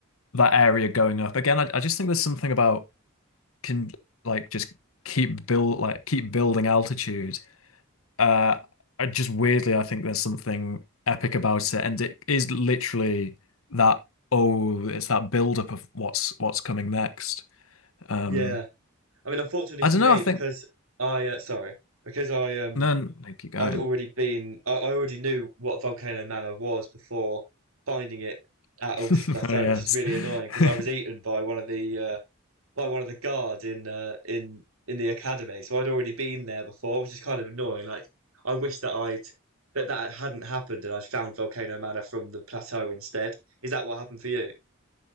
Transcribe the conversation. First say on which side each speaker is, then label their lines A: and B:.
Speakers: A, on the left (about 70°); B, on the right (about 70°).
A: that area going up again, I, I just think there's something about can like just keep build like keep building altitude. Uh, I just weirdly, I think there's something epic about it, and it is literally that. Oh, it's that build up of what's what's coming next. Um,
B: Yeah, I mean, unfortunately
A: I
B: for
A: don't
B: me,
A: know. I think.
B: because I uh, sorry, because I um
A: No, n- no, keep going.
B: I'd already been, I, I already knew what Volcano Manor was before finding it at
A: <laughs>
B: Altus Plateau,
A: Oh yes.
B: which is really
A: <laughs>
B: annoying because I was eaten by one of the uh, by one of the guards in uh, in in the academy. So I'd already been there before, which is kind of annoying. Like I wish that I'd that that hadn't happened and I'd found Volcano Manor from the plateau instead. Is that what happened for you?